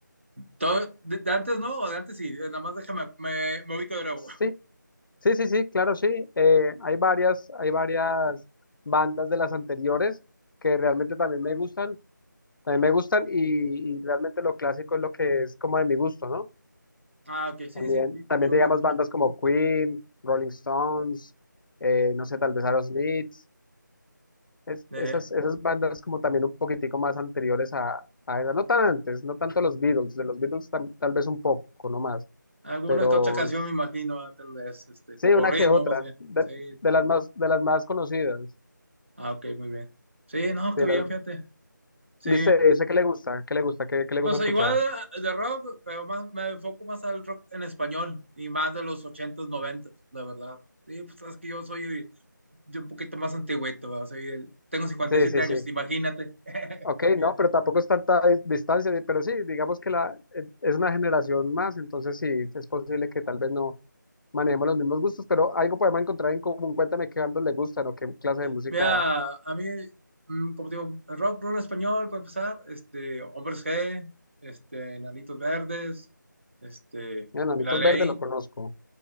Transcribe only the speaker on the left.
Sí, Sí, sí, sí, claro, sí. Eh, hay varias, hay varias bandas de las anteriores que realmente también me gustan, también me gustan y, y realmente lo clásico es lo que es como de mi gusto, ¿no?
También,
también
digamos
bandas como Queen, Rolling Stones, eh, no sé, tal vez Aerosmith, es-
esas, esas bandas como también un poquitico más anteriores a, a esas, no tan antes, no tanto los Beatles, de los Beatles tam- tal vez un poco, no más,
pero
sí,
una
que otra,
de
de las más, de las más conocidas.
Sí,
la-
¿Y usted dice que le gusta? ¿Qué le gusta? ¿Qué, qué le
gusta
escuchar?
Sí,
sí,
sí.
Ok,
no, pero tampoco es tanta dis- distancia, di- pero sí, digamos que la, eh, es una generación más, entonces sí, es posible que tal vez no manejemos los mismos gustos, pero algo podemos encontrar en común. Cuéntame qué bandos le gustan o qué clase de música.
Bueno, Anitos
Verdes lo conozco.